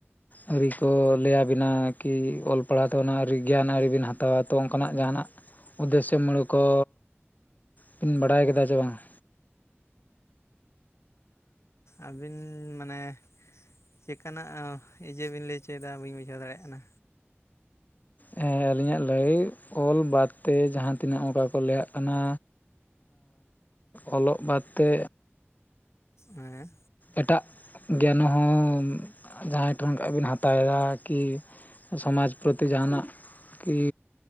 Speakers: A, on the left; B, on the left.
A: ᱟᱣᱨᱤᱠᱚ ᱞᱟᱹᱭᱟᱵᱤᱱᱟ ᱠᱤ ᱚᱞ ᱯᱟᱲᱦᱟᱣ ᱛᱮ ᱚᱱᱟ ᱟᱨᱤ ᱜᱮᱭᱟᱱ ᱟᱹᱣᱨᱤᱵᱤᱱ ᱦᱟᱛᱟᱣᱟ ᱛᱚ ᱟᱢᱟᱜ ᱡᱟᱦᱟᱱᱟᱜ ᱩᱫᱽᱫᱮᱥᱥᱚ ᱢᱩᱲᱩ ᱠᱚ ᱵᱤᱱ ᱵᱟᱰᱟᱭ ᱠᱮᱫᱟ ᱡᱮ ᱵᱟᱝᱼᱟ
B: ᱟᱹᱵᱤᱱ ᱢᱟᱱᱮ ᱪᱮᱠᱟᱱᱟᱜ ᱤᱭᱟᱹ ᱵᱮᱱ ᱞᱟᱹᱭ ᱚᱪᱚᱭᱮᱫᱟ ᱵᱟᱹᱧ ᱵᱩᱡᱷᱟᱹᱣ ᱫᱟᱲᱮᱭᱟᱜ ᱠᱟᱱᱟ
A: ᱦᱮᱸ ᱟᱹᱞᱤᱧᱟᱜ ᱞᱟᱹᱭ ᱚᱞ ᱵᱟᱫᱛᱮ ᱡᱟᱦᱟᱸ ᱛᱤᱱᱟᱹᱜ ᱚᱱᱠᱟ ᱠᱚ ᱞᱟᱹᱭᱟ ᱚᱱᱟ ᱚᱞᱚᱜ ᱵᱟᱫ ᱛᱮ
B: ᱦᱮᱸ
A: ᱮᱴᱟᱜ ᱜᱮᱭᱟᱱ ᱦᱚᱸ ᱡᱟᱦᱟᱸᱭ ᱴᱷᱮᱱ ᱟᱵᱤᱱ ᱦᱟᱛᱟᱣᱮᱫᱟ ᱠᱤ ᱥᱚᱢᱟᱡᱽ ᱯᱨᱚᱛᱤ ᱡᱟᱦᱟᱱᱟᱜ ᱠᱤ